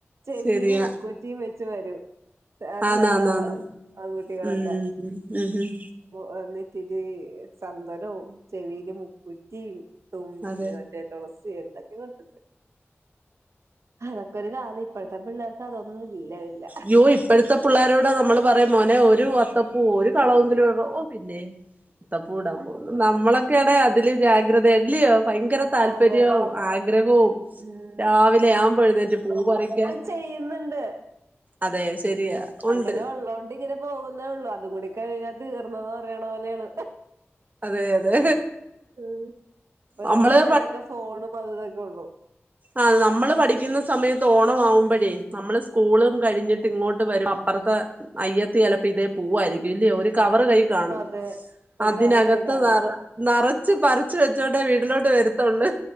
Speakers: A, on the right (about 80°); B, on the right (about 35°).
A: ചെവീല്
B: ശരിയാ
A: മുക്കുറ്റിം വെച്ച് വരും അയ്
B: ആന്നാന്നാന്ന്
A: ചെലാ ആൺകുട്ടികളൊക്കെ
B: ഉം ഉം ഉം
A: വന്നിട്ടിരീ ചന്തനൊം ചെവീല് മുക്കുറ്റീം തും
B: അതെ
A: ഏഹ് തൊളസി എന്തക്കെയോട്ട്ട്ട് അതൊക്കൊ ഒരു കാലം ഇപ്പഴത്തെ പിള്ളാർക്ക് അതൊന്നും ഇല്ല ഇല്ല
B: യ്യോ ഇപ്പഴത്ത പുള്ളാരോട നമ്മള് പറയും മോനെ ഒരു അത്തപ്പൂ ഒരു കളവെങ്കിലും ഇട ഓഹ് പിന്നെ അത്തപ്പൂവ്ടാൻ പോവുന്ന് നമ്മളൊക്കയാണെ അതില് ജാഗ്രതെ അല്ല്യോ ഭയങ്കര താല്പര്യവും
A: അതെ
B: ആഗ്രഹോം
A: ഉം
B: രാവിലെ ആവുമ്പെഴുന്നേറ്റ് പൂ പറിക്കാൻ
A: ചെയ്യ്ന്ന്ണ്ട്
B: അതെ ശരിയാ ഉണ്ട്
A: അങ്ങനെ ഉള്ളോണ്ട് ഇങ്ങനെ പോവുന്നേ ഉള്ളു അതും കൂടി കഴിഞ്ഞ തീർന്നൂന്ന് പറ്യണ പോലെയാണ്
B: അതെ അതെ
A: ഉം ഇപ്പതെ
B: നമ്മള്
A: പിള്ളാരൊക്കെ ഫോണും അതും ഇതൊക്കെ ഉള്ളു
B: ആഹ് നമ്മള് പഠിക്ക്ന്ന സമയത്ത് ഓണമാവുമ്പഴെ നമ്മള് സ്കൂളും കഴിഞ്ഞിട്ട്
A: ഉം
B: ഇങ്ങോട്ട് അപ്പർത്തെ അയ്യത്തി ചെലപ്പൊ ഇതേ പൂവായിരിക്കും ഇല്ല്യൊ ഒരു കവർ ക കാണും
A: അതെ ഒരു
B: അതിനകത്ത്
A: കറി കൈ കാണും
B: വേറ നെറച്ച് പറിച്ചു വെച്ചോട്ടെ വീട്ടിലോട്ട് വരത്തുള്ളു